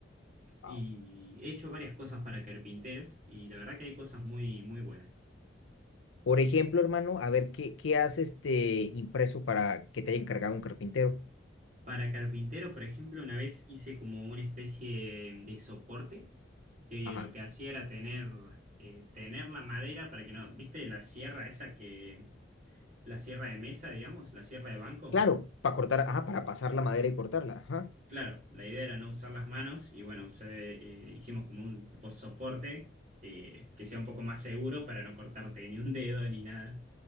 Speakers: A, on the right; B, on the left.
A: y
B: wow.
A: he hecho varias cosas para carpinteros y la verdad que hay cosas muy, muy buenas.
B: Por ejemplo, hermano, a ver, ¿qué, qué has este impreso para que te haya encargado un carpintero?
A: Para carpintero, por ejemplo, una vez hice como una especie de soporte que
B: Ajá.
A: lo que hacía era tener, eh, tener la madera para que no, ¿viste la sierra esa que, la sierra de mesa, digamos, la sierra de banco?
B: Claro, para cortar, ajá, para pasar la madera y cortarla. Ajá.
A: Claro, la idea era no usar las manos y bueno, usé, eh, hicimos como un tipo soporte que que sea un poco más seguro para no cortarte ni un dedo ni nada.